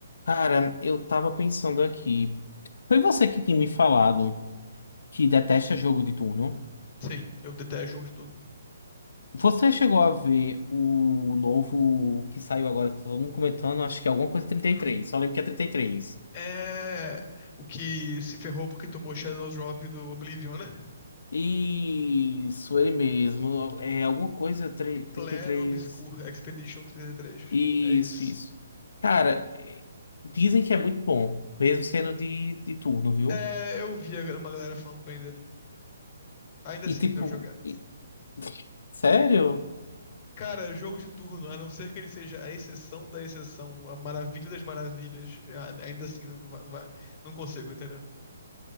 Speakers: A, on the left; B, on the left.
A: Cara, eu tava pensando aqui. Foi você que tinha me falado que detesta jogo de turno.
B: Sim, eu detesto jogos de turno.
A: Você chegou a ver o novo que saiu agora, que tá todo mundo comentando, acho que é alguma coisa trinta e três só lembro que é 33.
B: É o que se ferrou porque tomou Shadow Drop do Oblivion, né? <laughs>
A: Isso, ele mesmo. É alguma coisa tri-
B: É
A: trinta
B: Clair
A: e três
B: Obscur Expedition 33.
A: Isso,
B: É isso.
A: isso. Cara, eh, dizem que é muito bom, mesmo sendo de, de turno, viu?
B: É, eu vi a- uma galera falando bem dele. Ainda assim
A: E tipo,
B: não deu jogar.
A: e- sério?
B: Cara, jogo de turno, a não ser que ele seja a exceção da exceção, a maravilha das maravilhas, a- ainda assim não, não vai, não vai- não consigo, entendeu?